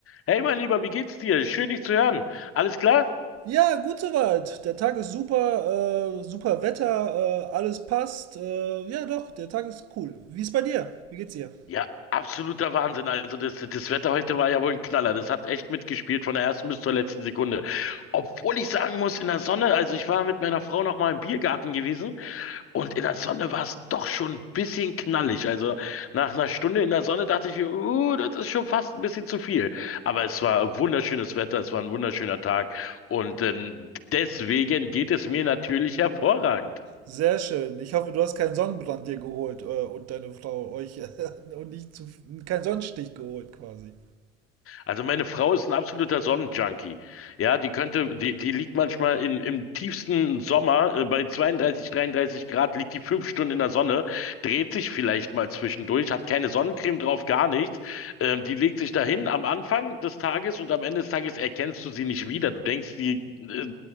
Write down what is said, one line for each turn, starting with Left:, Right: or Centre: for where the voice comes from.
Left: Hey, mein Lieber, wie geht's dir? Schön, dich zu hören. Alles klar?
Right: Ja, gut soweit. Der Tag ist super, äh, super Wetter, äh, alles passt. Äh, ja, doch, der Tag ist cool. Wie ist bei dir? Wie geht's dir?
Left: Ja, absoluter Wahnsinn. Also, das, das Wetter heute war ja wohl ein Knaller. Das hat echt mitgespielt von der ersten bis zur letzten Sekunde. Obwohl ich sagen muss, in der Sonne, also ich war mit meiner Frau noch mal im Biergarten gewesen und in der Sonne war es doch schon ein bisschen knallig. Also, nach einer Stunde in der Sonne dachte ich, uh, das ist schon fast ein bisschen zu viel. Aber es war wunderschönes Wetter, es war ein wunderschöner Tag und ähm, deswegen geht es mir natürlich hervorragend.
Right: Sehr schön. Ich hoffe, du hast keinen Sonnenbrand dir geholt äh, und deine Frau euch <laughs> und nicht zu, keinen Sonnenstich geholt quasi.
Left: Also meine Frau ist ein absoluter Sonnenjunkie. Ja, die könnte, die, die liegt manchmal in, im tiefsten Sommer, äh, bei 32, 33 Grad, liegt die fünf Stunden in der Sonne, dreht sich vielleicht mal zwischendurch, hat keine Sonnencreme drauf, gar nichts. Ähm, die legt sich dahin am Anfang des Tages und am Ende des Tages erkennst du sie nicht wieder. Du denkst, die, äh,